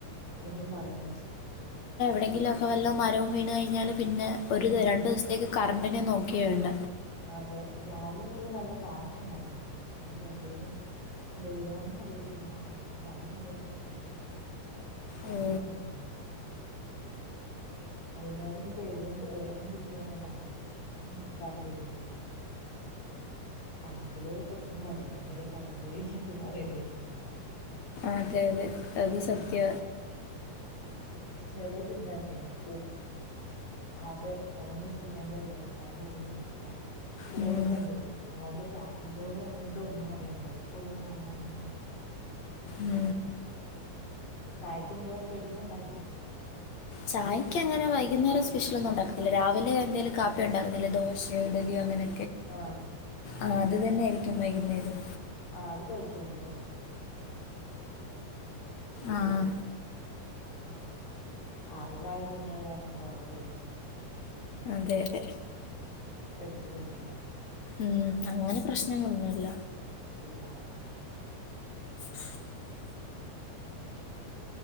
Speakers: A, on the left (about 75°); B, on the left (about 55°).
A: ഒന്നും പറയാൻ പറ്റില്ല
B: എന്തോങ്കിലുമൊക്കെ വല്ലം മരവും വീണ് കഴിഞ്ഞാല് പിന്നെ ഒരു
A: ഉം
B: രണ്ടു ദിവസത്തേക്ക് കറണ്ടിനെ നോക്കെ വേണ്ട
A: അതെ രാവിലെ മൂല നല്ല കാറ്റുണ്ടായിരുന്നു പിന്നെ ഇപ്പ എന്തെേലും വീണോന്നും അറിയത്തില്ല അപ്പൊ കൊറെ നേരായി പോയിട്ട് കരണ്ടും
B: ഓ
A: വരുന്നില്ല വൈകുന്നേരം ഇനി ഇപ്പോ എഴുത എഴതാനും പിടിക്കാനാ പാട് ഉ കറണ്ടില്ലെങ്കിൽ അല്ലെങ്കിലെ കൊച്ചിന് മടിയ അയ്ന്റെ എടേ കരണ്ടുകുടിലെൽ പറയണ്ട
B: അതെ അതെ അത് സത്യ
A: ഉം ചെറിയ കുഞ്ഞാലി ഇ അതെ ഒന്നും ചെയ്യേണ്ട <unintelligible> ഫോണും
B: ഉം,
A: കണ്ടിട്ട് ഫോണിൽ ചാർജ്ണ്ടോ ണ്ടോ ഒന്നും അറിയണ്ട അവർക്ക് അതും കണ്ട് അങ്ങനെ ഇരിക്കണം
B: മ
A: ചായക്കെന്തുവാ സ്പെഷ്യൽ ണ്ടാ
B: ചായക്ക് അങ്ങനെ വൈകുന്നേരം സ്പെഷ്യൽ ഒന്നും ഉണ്ടാക്ക ഇല്ല രാവിലെ എന്തെങ്കലും കാപ്പി ഉണ്ടകത്തില്ലേ ദോശ ഇഡലി അങ്ങനെ
A: ആഹ
B: ആ അത് തന്നൊയിയിരിക്കും വൈകുന്നേരം
A: ആ അത് കഴിച്ചോള്ളൂ
B: ആഹ്
A: ആഹ് അറിവായ കുഞ്ഞായ കാരണം കുഴപ്പോല്ലല്ലോ
B: അതെ അതെ
A: എടുത്ത് കഴിക്കാലോ
B: ഉം അങ്ങനെ പ്രശ്നങ്ങളൊന്നുമില്ല
A: ഇല്ല
B: <inaudible>